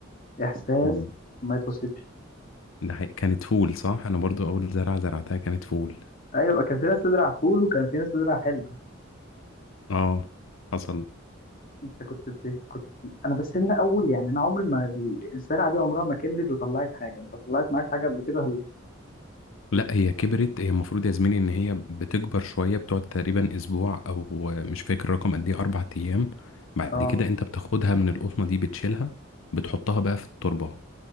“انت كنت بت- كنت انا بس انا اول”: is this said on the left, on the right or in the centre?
Left